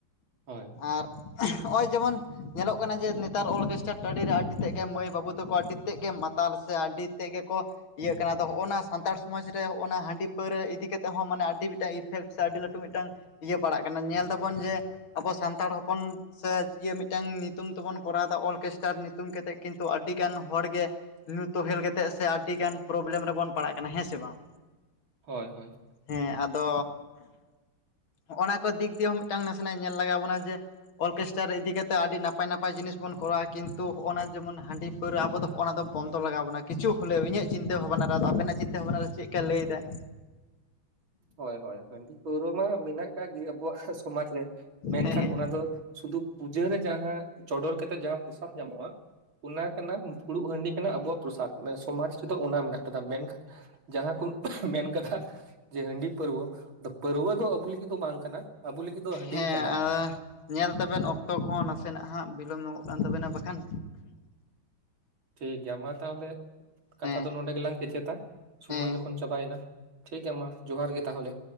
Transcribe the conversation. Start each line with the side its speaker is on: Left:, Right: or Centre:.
Right: ᱦᱳᱭ᱾
Left: ᱟᱨ ᱦᱚᱸᱜᱼᱚᱭ ᱡᱮᱢᱚᱱ ᱧᱮᱞᱚᱜ ᱠᱟᱱᱟ ᱡᱮ ᱱᱮᱛᱟᱨ ᱚᱨᱠᱮᱥᱴᱟᱨ ᱴᱟᱺᱤᱨᱮ ᱟᱹᱰᱤ ᱛᱮᱫ ᱢᱟᱹᱭ ᱵᱟᱹᱵᱩ ᱛᱟᱠᱚ ᱟᱹᱰᱤ ᱛᱮᱫ ᱜᱮ ᱢᱟᱛᱟᱞ ᱥᱮ ᱟᱹᱰᱤ ᱛᱮᱫ ᱜᱮᱠᱚ ᱤᱭᱟᱹ ᱠᱟᱱᱟ᱾ ᱟᱫᱚ ᱦᱚᱸᱜᱼᱱᱟ ᱥᱟᱱᱛᱟᱲ ᱥᱚᱢᱟᱡᱽ ᱨᱮ ᱦᱚᱸᱜ-ᱱᱟ ᱦᱟᱺᱰᱤ ᱯᱟᱹᱣᱨᱟᱹ ᱤᱫᱤ ᱠᱟᱛᱮᱜ ᱦᱚᱸ ᱢᱟᱱᱮ ᱟᱹᱰᱤ ᱢᱤᱫᱴᱟᱝ ᱤᱯᱷᱮᱠᱴ ᱥᱮ ᱟᱹᱰᱤ ᱞᱟᱹᱴᱩ ᱢᱤᱫᱴᱟᱝ ᱤᱭᱟᱹ ᱯᱟᱲᱟᱜ ᱠᱟᱱᱟ ᱧᱮᱞ ᱫᱟᱵᱚᱱ ᱡᱮ ᱟᱵᱚ ᱥᱟᱱᱛᱟᱲ ᱦᱚᱯᱚᱱ ᱥᱮ ᱡᱤᱭᱟᱹ ᱢᱤᱫᱴᱟᱝ ᱧᱩᱛᱩᱢ ᱛᱮᱵᱚᱱ ᱠᱚᱨᱟᱣᱫᱟ ᱚᱨᱠᱮᱥᱴᱟᱨ ᱧᱩᱛᱩᱢ ᱠᱟᱛᱮᱜ ᱠᱤᱱᱛᱩ ᱟᱹᱰᱤ ᱜᱟᱱ ᱦᱚᱲᱜᱮ ᱧᱩ ᱛᱳᱦᱮᱞ ᱠᱟᱛᱮᱜ ᱥᱮ ᱟᱹᱰᱤᱜᱟᱱ ᱯᱨᱚᱵᱞᱮᱢ ᱨᱮᱵᱚᱱ ᱯᱟᱲᱟᱜ ᱠᱟᱱᱟ ᱦᱮᱸ ᱥᱮ ᱵᱟᱝ?
Right: ᱦᱳᱭ ᱦᱳᱭ᱾
Left: ᱦᱮᱸ ᱟᱫᱚ ᱦᱚᱸᱜ-ᱚᱱᱟ ᱠᱚ ᱫᱤᱠ ᱫᱤᱭᱮ ᱦᱚᱸ ᱢᱤᱫᱴᱟᱝ ᱱᱟᱥᱮᱱᱟᱜ ᱧᱮᱞ ᱞᱟᱜᱟᱣ ᱵᱚᱱᱟ ᱡᱮ ᱚᱨᱠᱮᱥᱴᱟᱨ ᱨᱮ ᱤᱫᱤ ᱠᱟᱛᱮᱜ ᱟᱹᱰᱤ ᱱᱟᱯᱟᱭ ᱱᱟᱯᱟᱭ ᱡᱤᱱᱤᱥ ᱵᱚᱱ ᱠᱚᱨᱟᱣᱟ ᱠᱤᱱᱛᱩ ᱦᱚᱜᱼᱚᱱᱟ ᱡᱮᱢᱚᱱ ᱦᱟᱺᱰᱤ ᱯᱟᱹᱣᱨᱟᱹ ᱟᱵᱚ ᱫᱚ ᱚᱱᱟ ᱵᱚᱱᱫᱚ ᱞᱟᱜᱟᱣ ᱵᱚᱱᱟ ᱠᱤᱪᱷᱩ ᱦᱳᱞᱮᱣ ᱤᱧᱟᱹᱜ ᱪᱤᱱᱛᱟᱹ ᱵᱷᱟᱵᱱᱟ ᱨᱮ ᱟᱫᱚ ᱟᱵᱮᱱᱟᱜ ᱪᱤᱱᱛᱟᱹ ᱵᱷᱟᱵᱱᱟ ᱨᱮ ᱪᱮᱜᱠᱟ ᱞᱟᱹᱭᱫᱟᱭ᱾
Right: ᱦᱳᱭ ᱦᱳᱭ ᱦᱟᱺᱰᱤ ᱯᱟᱹᱣᱨᱟᱹ ᱢᱟ ᱢᱮᱱᱟᱜ ᱠᱟᱜ ᱜᱮ ᱟᱵᱚᱣᱟᱜ ᱥᱚᱢᱟᱡᱽ ᱨᱮ᱾ ᱢᱮᱱᱠᱷᱟᱱ
Left: ᱦᱮᱸ ᱦᱮᱸ
Right: ᱚᱱᱟ ᱫᱚ ᱥᱩᱫᱩ ᱯᱩᱡᱟᱹᱨᱮ ᱡᱟᱦᱟᱸ ᱪᱚᱰᱚᱨ ᱠᱟᱛᱮᱜ ᱡᱟᱦᱟᱸ ᱯᱚᱥᱟᱫ ᱧᱟᱢᱚᱜᱼᱟ ᱚᱱᱟ ᱠᱟᱱᱟ ᱯᱷᱩᱲᱩᱜ ᱦᱟᱺᱰᱤ ᱠᱟᱱᱟ ᱟᱵᱚᱣᱟᱜ ᱯᱨᱚᱥᱟᱫ᱾ ᱥᱚᱢᱟᱡᱽ ᱨᱮᱫᱚ ᱚᱱᱟ ᱢᱮᱱᱟᱜ ᱠᱟᱫᱟ᱾ ᱢᱮᱱᱠᱷᱟᱱ ᱡᱟᱦᱟᱸ ᱠᱚ ᱢᱮᱱ ᱠᱟᱫᱟ ᱡᱮ ᱦᱟᱺᱰᱤ ᱯᱟᱹᱨᱣᱟᱹ ᱯᱟᱹᱨᱣᱟᱹ᱾ ᱟᱫᱚ ᱯᱟᱹᱨᱭᱟᱹ ᱫᱚ ᱟᱵᱚ ᱞᱟᱹᱜᱤᱫ ᱫᱚ ᱵᱟᱝ ᱠᱟᱱᱟ᱾ ᱟᱵᱚ ᱞᱟᱹᱜᱤᱫ ᱫᱚ ᱦᱟᱺᱰᱤ
Left: ᱦᱮᱸ
Right: ᱜᱮ ᱠᱟᱱᱟ
Left: ᱟᱫ ᱧᱮᱞ ᱛᱟᱵᱮᱱ ᱚᱠᱛᱚ ᱠᱚᱦᱚᱸ ᱱᱟᱥᱮᱱᱟᱜ ᱦᱟᱸᱜ ᱵᱤᱞᱚᱢ ᱧᱚᱜᱚᱜ ᱠᱟᱱ ᱛᱟᱵᱮᱱᱟ ᱵᱟᱠᱷᱟᱱ
Right: ᱴᱷᱤᱠ ᱜᱮᱭᱟ ᱢᱟ ᱛᱟᱦᱞᱮ ᱠᱟᱛᱷᱟ
Left: ᱦᱮᱸ
Right: ᱫᱚ ᱱᱚᱰᱮ ᱜᱮᱞᱟᱝ ᱠᱮᱪᱮᱫᱟ ᱥᱩᱢᱚᱭ
Left: ᱦᱮᱸ
Right: ᱡᱚᱠᱷᱚᱱ ᱪᱟᱵᱟᱭᱱᱟ᱾ ᱴᱷᱤᱠ ᱜᱮᱭᱟ ᱢᱟ ᱡᱚᱸᱦᱟᱨ ᱜᱮ ᱛᱟᱦᱚᱞᱮ᱾